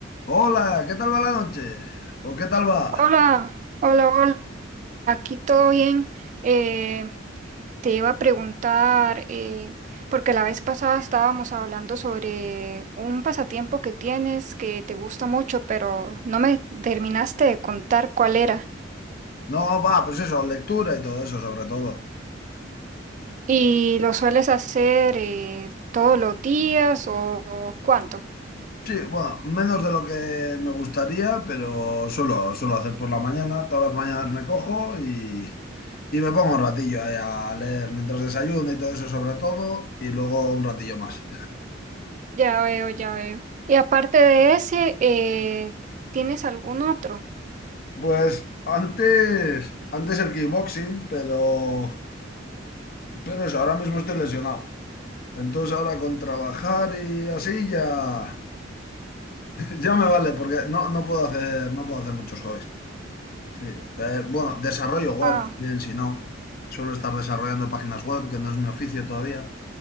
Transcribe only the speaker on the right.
Hola, hola, hola, aquí todo bien. Eh, te iba a preguntar, eh, porque la vez pasada estábamos hablando sobre un pasatiempo que tienes que te gusta mucho, pero no me terminaste de contar cuál era.
¿Y lo sueles hacer eh, todos los días o, o cuánto?
Ya veo, ya veo. Y aparte de ese, eh, ¿tienes algún otro?
Ah,